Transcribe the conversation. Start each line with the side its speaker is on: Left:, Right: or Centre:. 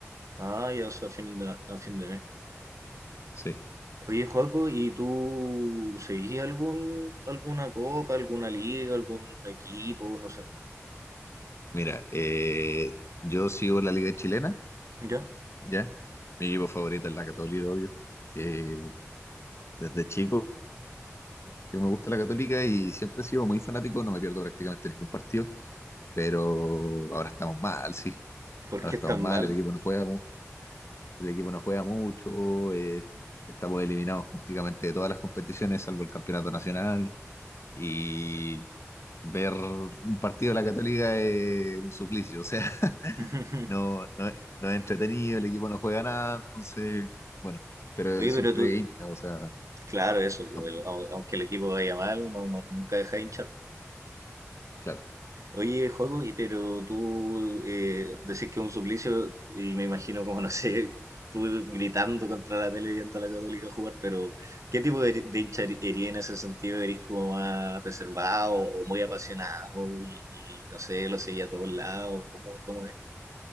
Right: Ah, ya, o sea, a fin de, a fin de mes.
Left: Sí.
Right: Oye, Joaco, ¿y tú seguís algún, alguna copa, alguna liga, algún equipo, no sé?
Left: Mira, eh, yo sigo la Liga Chilena,
Right: ¿Ya?
Left: ¿ya? Mi equipo favorito es la Católica, obvio. Eh, desde chico que me gusta la Católica y siempre he sido muy fanático, no me pierdo prácticamente ningún partido pero ahora estamos mal, sí.
Right: ¿Por
Left: Ahora
Right: qué
Left: estamos
Right: es tan
Left: mal,
Right: mal?
Left: el equipo no juega, mu- el equipo no juega mucho, eh, estamos eliminados prácticamente de todas las competiciones, salvo el campeonato nacional, y ver un partido de la Católica es un suplicio, o sea, <laughs>
Right: <laughs>
Left: no, no, es- no es entretenido, el equipo no juega nada, entonces, bueno, pero
Right: Oye,
Left: siempre
Right: pero tú,
Left: hincha, o sea,
Right: claro, eso, pues,
Left: apoyo,
Right: el- au- aunque el equipo vaya mal, uno no- nunca deja de hinchar.
Left: claro.
Right: Oye, Joaco, y pero tú eh, decís que es un suplicio y me imagino como, <laughs> no sé, tú gritando contra la tele viendo a la Católica jugar, pero ¿qué tipo de, de hincha eri- erí en ese sentido? ¿Eres como más reservado o muy apasionado y, y, no sé, lo seguía a todos lados? ¿Cómo, cómo es?